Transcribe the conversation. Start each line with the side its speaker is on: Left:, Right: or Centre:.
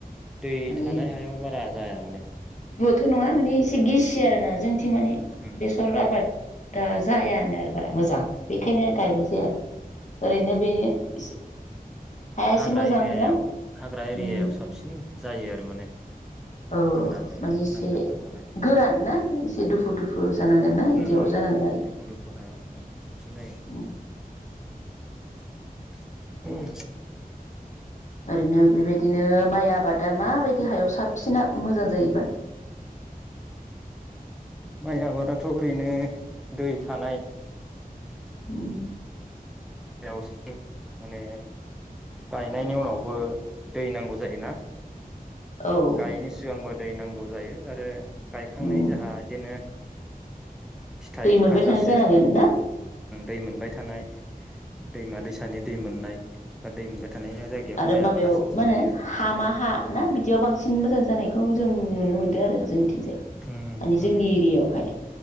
Centre: दै
Left: माने
Centre: थानाय हायाव बारा जाया माने।
Left: बे नङा माने एसे गिसि आरोना जों थिं माने
Centre: उम
Left: बेसर आबादा जायानो आरो। बारा मोजां बेखायनो गायनाय जाया आरो ओरैनो बे एसे
Centre: हा-हाग्रा
Left: हाया एसे मोजां
Centre: एरियायाव
Left: ना
Centre: हाग्रा एरियायाव
Left: ओम
Centre: साबसिन जायो आरो माने
Left: औ
Centre: हाग्राजों
Left: माने एसे
Centre: नांजाबना थानाय
Left: गोरान ना एसे दुफु दुफु जानांगोन ना बिदियाव
Centre: उम उम
Left: जानांगोन आरो।
Centre: दुखु दुखु हायाव उम साबसिन जायो।
Left: उम
Centre: <unintelligible>
Left: ओरैनो बेबायदिनो माइया आबादा माबायदि हायाव साबसिन मोजां जायोबा।
Centre: माइ आबादाथ ओरैनो दै थानाय
Left: उम
Centre: जायगायावसो माने गायनायनि उनावबो दै नांगौ जायोना।
Left: औ
Centre: गायिनि सिगांबो दै नां गौ जायो आरो गायखांनाय
Left: दै
Centre: जाहा इदिनो फिथाइ ओंखारजासे
Left: मोनबाय थानाय जानांगोन ना
Centre: दै मोनबाय थानाय दैमा दैसानि दै मोननाय बा दै मोनबाय थानाय जायगायाव
Left: आरो
Centre: माइ
Left: माबेयाव
Centre: आबादा साबसिन
Left: मा होनो
Centre: जायो
Left: हामा हा ना बिदियाव बांसिन मोजां जानाय खौ जों नुनो मोनदों आरो जों थिंजाय
Centre: उम
Left: माने जोंनि
Centre: उम
Left: एरियायावहाय